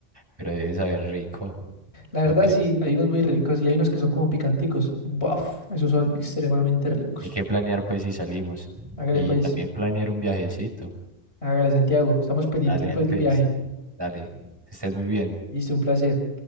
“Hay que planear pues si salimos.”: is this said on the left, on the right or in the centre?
Right